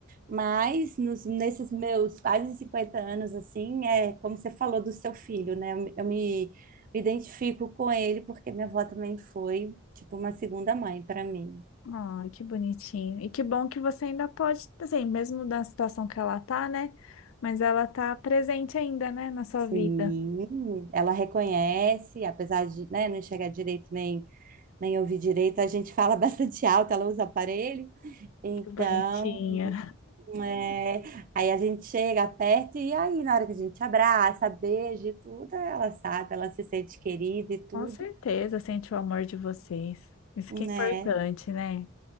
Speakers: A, on the right; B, on the left.
A: mas nos, nesses meus quase 50 anos, assim, é como você falou do seu filho, né? Eu, me eu me identifico com ele porque minha avó também foi, tipo, uma segunda mãe para mim.
B: Ai, que bonitinho. E que bom que você ainda pode, assim, mesmo da situação que ela tá, né? Mas ela tá presente ainda, né, na sua
A: Sim,
B: vida.
A: ela reconhece, apesar de, né, não enxergar direito nem, nem ouvir direito, a gente fala <laughs> bastante alto, ela usa aparelho, então
B: Que Bonitinha.
A: É, aí a gente chega, perto e aí na hora que a gente abraça, beija e tudo, ela sabe, ela se sente querida e tudo,
B: Com certeza sente o amor de vocês. Isso
A: né?
B: que é importante, né?